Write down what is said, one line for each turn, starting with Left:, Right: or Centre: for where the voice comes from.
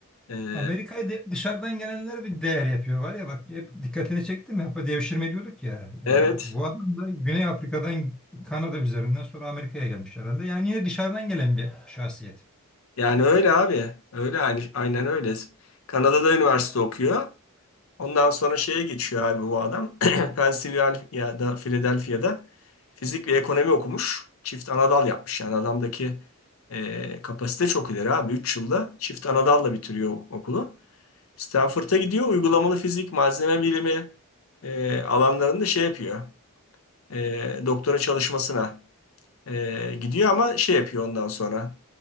Left: Ee,
Centre: Amerika'ya da hep dışarıdan gelenler bir değer yapıyor var ya bak hep dikkatini çekti mi? Hep devşirme diyorduk ya.
Left: evet.
Centre: E, bu adam da Güney Afrika'dan Kanada üzerinden sonra Amerika'ya gelmiş herhalde. Yani yine dışarıdan gelen bir şahsiyet.
Left: Yani öyle abi. Öyle aynı, aynen öyle. Kanada'da üniversite okuyor. Ondan sonra şeye geçiyor abi bu adam. <clears throat> Pennsylvania'da, Philadelphia'da fizik ve ekonomi okumuş. Çift anadal yapmış. Yani adamdaki e, kapasite çok ileri abi. üç yılda çift anadalla bitiriyor okulu. Stanford'a gidiyor. Uygulamalı fizik, malzeme bilimi e, alanlarında şey yapıyor. E, doktora çalışmasına e, gidiyor ama şey yapıyor ondan sonra.